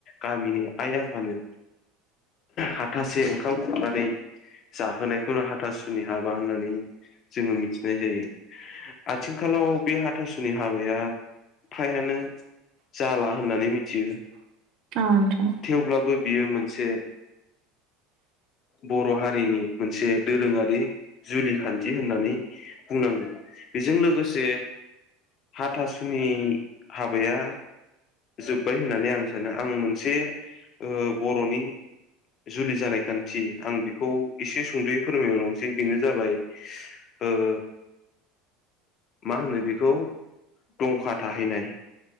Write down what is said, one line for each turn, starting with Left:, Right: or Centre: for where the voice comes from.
Left: गामिनि आइ आफानो हाथासे ओंखाम खुरनानै जाहोनायखौनो हाथासुनि हाबा होननानै जोङो मिथिनाय जायो आथिखालाव बे हाथासुनि हाबाया फ्रायानो जाला होननानै मिथियो
Right: औ नोंथां
Left: थेवब्लाबो बियो मोनसे
Right: <inaudible>
Left: बर' हारिनि मोनसे दोरोङारि जुलि खान्थि होननानै बुंनांगोन बेजों लोगोसे हाथासुनि हाबाया जोब्बाय होननानै आं सानो आं मोनसे ओ बर'नि जुलि जानाय खान्थि आं बेखौ एसे सुंद'यै फोरमायलांसै बेनो जाबाय ओ
Right: <inaudible>
Left: मा होनो बेखौ दंखा थाहैनाय